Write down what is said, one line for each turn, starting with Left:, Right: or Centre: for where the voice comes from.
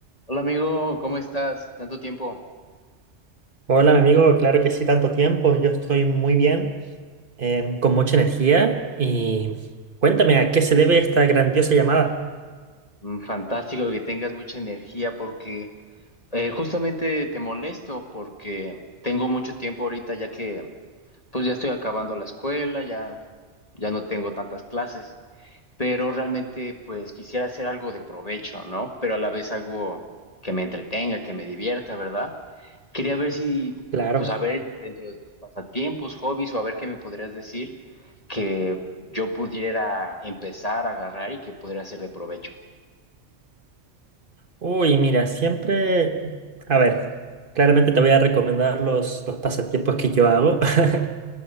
Left: Hola amigo, ¿cómo estás? Tanto tiempo.
Right: Hola, mi amigo, claro que sí, tanto tiempo. Yo estoy muy bien, em, con mucha energía. Y cuéntame, ¿a qué se debe esta grandiosa llamada?
Left: Mm, Fantástico que tengas mucha energía porque eh, justamente te molesto porque tengo mucho tiempo ahorita ya que pues ya estoy acabando la escuela, ya ya no tengo tantas clases, pero realmente pues quisiera hacer algo de provecho, ¿no? Pero a la vez algo que me entretenga, que me divierta, ¿verdad? Quería ver si,
Right: Claro.
Left: pues a ver, dentro de tus pasatiempos, hobbies o a ver qué me podrías decir que yo pudiera empezar a agarrar y que pudiera ser de provecho.
Right: Uy, mira, siempre... A ver, claramente te voy a recomendar los, los pasatiempos que yo hago. <laughs>